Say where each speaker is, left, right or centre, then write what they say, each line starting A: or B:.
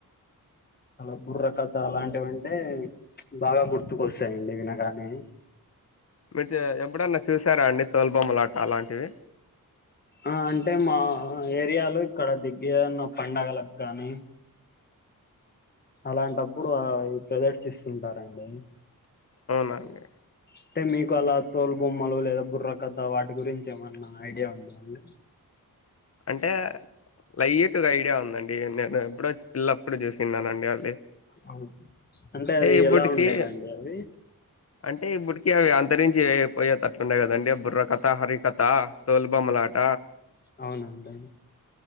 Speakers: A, on the left (about 30°); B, on the left (about 45°).
A: అలా బుర్రకథ అలాంటివంటి అంటే బాగా గుర్తుకొస్తాయండి వినగానే
B: మీరు ఎబ్బుడన్నా చూసారా అండి తోలు బొమ్మలాట అలాంటివి
A: ఆ అంటే మా ఏరియాలో ఇక్కడ దిగ్గన్న పండగలకు గానీ అలాంటప్పుడు ప్రదర్శిస్తుంటారండి
B: అవునా అండి
A: అంటే మీకు అలా తోలు బొమ్మలు లేదా బుర్ర కథ వాటి గురించి ఏమన్నా ఐడియా ఉందా అండి
B: అంటే లైట్గా ఐడియా ఉందండి నేను ఎప్పుడోచ్చి పిల్లప్పుడు చూసిన్నానండి అ
A: అవును అంటే అది
B: ఇప్పటికి
A: ఎలా ఉండేదండి అవి
B: అంటే ఇప్పటికి అవి అంతరించి పోయేటట్లుండయి కదండి బుర్ర కథ హరికథ తోల్ బొమ్మలాట
A: అవునండి